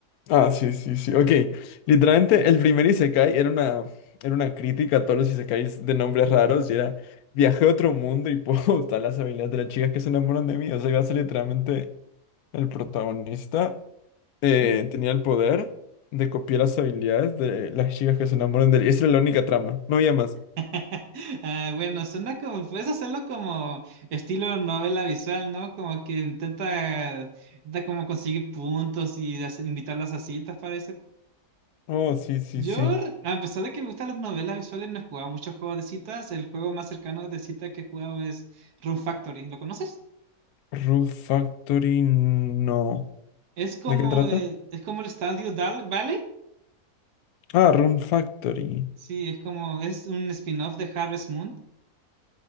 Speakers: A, on the left; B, on the right.
A: Ah, sí, sí, sí. Ok. Literalmente, el primer Isekai era una, era una crítica a todos los Isekais de nombres raros y era viajé a otro mundo y <laughs> puedo usar las habilidades de las chicas que se enamoran de mí. O sea, iba a ser literalmente el protagonista. eh, tenía el poder de copiar las habilidades de las chicas que se enamoran de él. Esa era la única trama. No había más.
B: <laughs> Ah, bueno, suena como, puedes hacerlo como estilo novela visual, ¿no? Como que intenta, intenta como conseguir puntos y hacer- invitarlas a citas para eso.
A: Oh, sí, sí,
B: Yo,
A: sí.
B: a pesar de que me gustan las novelas visuales, no he jugado muchos juegos de citas. El juego más cercano de cita que he jugado es Rune Factory. ¿Lo conoces?
A: Room Factory, no.
B: Es como,
A: ¿De qué trata?
B: eh, es como el Estadio Dal Valley.
A: Ah, Room Factory.
B: Sí, es como, es un spin-off de Harvest Moon.